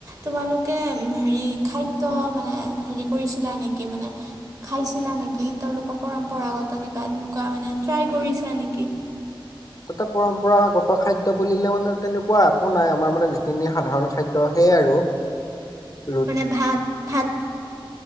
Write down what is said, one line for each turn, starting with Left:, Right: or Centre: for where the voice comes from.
Right: তোমালোকে হেৰি খাদ্য মানে হেৰি কৰিছিলা নেকি মানে? খাইছিলা নেকি? তেওঁলোকৰ পৰম্পৰাগত কিবা এনেকুৱা মানে ট্ৰাই কৰিছা নেকি?
Left: তাতে পৰম্পৰাগত খাদ্য বুলিলে মানে তেনেকুৱা একো নাই, আমাৰ মানে যিখিনি সাধাৰণ খাদ্য সেয়ে আৰু। <inaudible>
Right: মানে ভাত, ভাত,